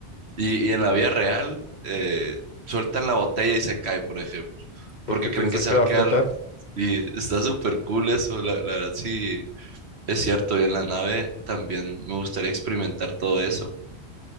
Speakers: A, on the right; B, on the left.
A: Y, y en la vida real, eh, sueltan la botella y se cae, por ejemplo. Porque
B: ¿Por qué piensan
A: creen que se
B: que
A: va
B: va
A: a
B: a
A: quedar.
B: flotar?
A: Y está súper cool eso. La, la verdad, sí, es cierto. Y en la nave también me gustaría experimentar todo eso.